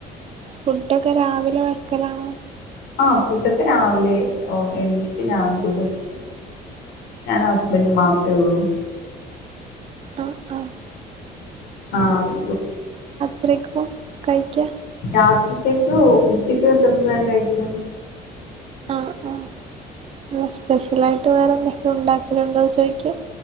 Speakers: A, on the right (about 35°); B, on the left (about 75°).
A: ഫുഡൊക്കെ രാവിലെ വെക്കലാണോ
B: ആഹ് ഫുഡൊക്കെ രാവിലെ എണിറ്റിട്ട് ഞാൻ വെക്കും ഞാനും ഹസ്ബൻ്റും മാത്ര ഉള്ളൂ
A: ആഹ് ആഹ്
B: ആഹ്
A: ത്രിക്കും കഴിക്ക
B: രാത്രിത്തേക്ക് ഉച്ചക്ക് വെക്കുന്നത് തന്നെ കഴിക്കും
A: ആഹ് ആഹ് സ്പെഷ്യലായിട്ട് വേറെ എന്തെങ്കിലും ഉണ്ടാക്കല്ണ്ടോ ചോയിക്ക